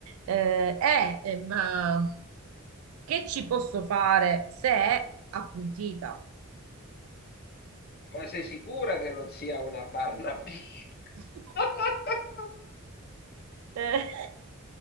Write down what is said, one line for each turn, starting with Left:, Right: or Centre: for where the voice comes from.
Right: eh, eh, eh, ma che ci posso fare se è appuntita?
Left: Ma sei sicura che non sia una Barnaby?
Right: <laughs>
Left: <laughs>
Right: Eh,